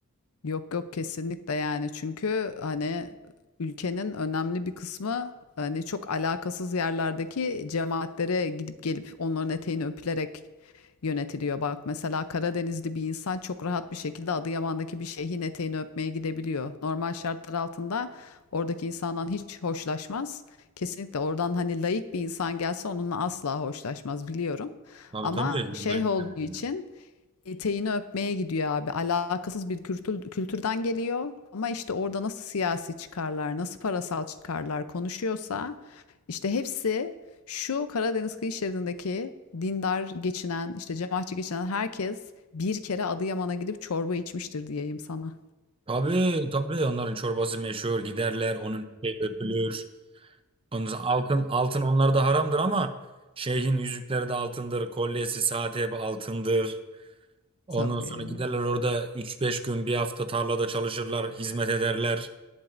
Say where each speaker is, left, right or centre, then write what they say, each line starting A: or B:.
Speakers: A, on the left; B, on the right.
A: Yok yok kesinlikle yani çünkü hani ülkenin önemli bir kısmı hani çok alakasız yerlerdeki cemaatlere gidip gelip onların eteğini öpülerek yönetiliyor. Bak mesela Karadenizli bir insan çok rahat bir şekilde Adıyaman'daki bir şeyhin eteğini öpmeye gidebiliyor. Normal şartlar altında oradaki insandan hiç hoşlaşmaz. Kesinlikle oradan hani laik bir insan gelse onunla asla hoşlaşmaz biliyorum.
B: Tabii
A: Ama
B: tabii bunlar
A: şeyh
B: istemiyorlar.
A: olduğu için eteğini öpmeye gidiyor abi. Alakasız bir kültür, kültürden geliyor ama işte orada nasıl siyasi çıkarlar, nasıl parasal çıkarlar konuşuyorsa işte hepsi şu Karadeniz kıyı şeridindeki dindar geçinen, işte cemaatçi geçinen herkes bir kere Adıyaman'a gidip çorba içmiştir diyeyim sana.
B: Tabii tabii onların çorbası meşhur giderler onun şey öpülür. Ondan sonra altın altın onlar da haramdır ama şeyhin yüzükleri de altındır, kolyesi, saati hep altındır. Ondan
A: Tabii.
B: sonra giderler orada üç beş gün bir hafta tarlada çalışırlar, hizmet ederler.